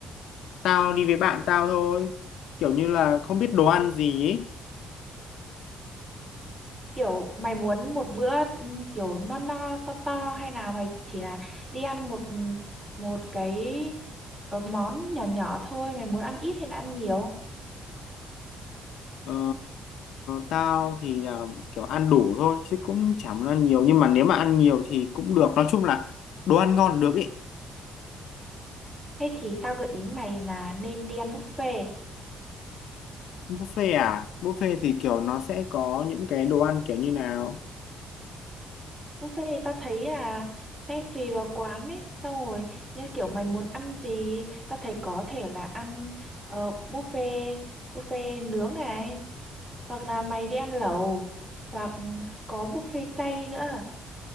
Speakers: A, on the left (about 75°); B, on the right (about 20°).
A: Tao đi với bạn tao thôi, kiểu như là không biết đồ ăn gì ý.
B: Kiểu mày muốn một bữa ừ, kiểu no no to to hay là mày chỉ là đi ăn một ừ, một cái ờ, món nhỏ nhỏ thôi, mày muốn ăn ít hay là ăn nhiều?
A: Ờ, tao thì là kiểu ăn đủ thôi, chứ cũng chả muốn ăn nhiều. Nhưng mà nếu mà ăn nhiều thì cũng được, nói chung là đồ ăn ngon là được ý.
B: Thế thì tao gợi ý mày là nên đi ăn buffet.
A: Buffet à? Buffet thì kiểu nó sẽ có những cái đồ ăn kiểu như nào?
B: Buffet thì tao thấy là sẽ tùy vào quán ấy, xong rồi như kiểu mày muốn ăn gì, tao thấy có thể là ăn ờ, buffet buffet nướng này hoặc là mày đi ăn lẩu hoặc có buffet chay nữa